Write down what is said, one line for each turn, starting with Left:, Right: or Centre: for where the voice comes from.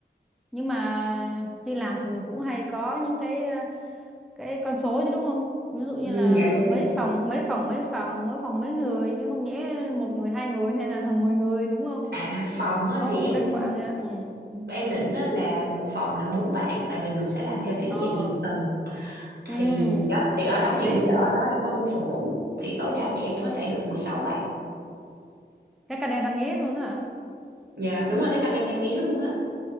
Centre: nhưng mà khi làm thì mình cũng hay có những cái ờ, cái con số chứ đúng không ví dụ như
Right: ừ,
Centre: là
Right: dạ đúng
Centre: mấy
Right: rồi
Centre: phòng mấy phòng mấy phòng mỗi phòng mấy người chứ không nhẽ một người hai người hay là <laughs> mười người đúng không
Right: à phòng á,
Centre: có
Right: thì
Centre: có
Right: em
Centre: một cái khoảng ấy đó. ừ
Right: em định đó là một phòng là bốn bạn tại vì mình sẽ làm theo kiểu
Centre: ờ
Right: dạng giường tầng thì
Centre: ừ
Right: đó thì ở đó
Centre: hợp
Right: hiện
Centre: lý
Right: bây giờ ở đó đang có bốn phòng ngủ thì tối đa thì em có thể được mười sáu bạn
Centre: cái căn em đang nghĩ luôn hả
Right: dạ đúng rồi cái căn em đang nghía luôn á